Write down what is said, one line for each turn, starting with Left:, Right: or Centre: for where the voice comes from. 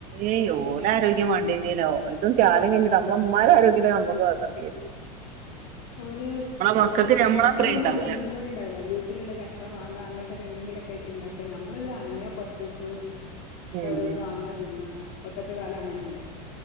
Right: ഏയ് ഓലആരോഗ്യം വണ്ടിന്നില്ല ഓലതും കാലം കഴിഞ്ഞിട്ട് ഉമ്മ രാ ആരോഗ്യം നമ്മുക്ക് വാണ്ടത്
Left: ഓള്
Right: മക്കൾക്ക്
Left: ഒന്ന്
Right: ഞമ്മള
Left: പുറത്തുനിന്ന്
Right: അത്രയും
Left: ഒന്നും
Right: ഉണ്ടാവൂല
Left: തിന്നുന്നു കുടിഉണ്ടാവില്ല വീട്ടിലുള്ള ചക്ക ഒക്ക വാങ്ങ അങ്ങനത്തൊക്കെ എന്തെിലൊക്കെ ആയിട്ട് ഇണ്ടാക്ക നമ്മളിത് അനങ്ങിയ പുറത്തോക്ക്
Right: ഉം
Left: ഓരോന്നന്ന് വാങ്ങാ തിന്ന ഇപ്പത്തക്കെ കാലം അങ്ങനെയല്ലേ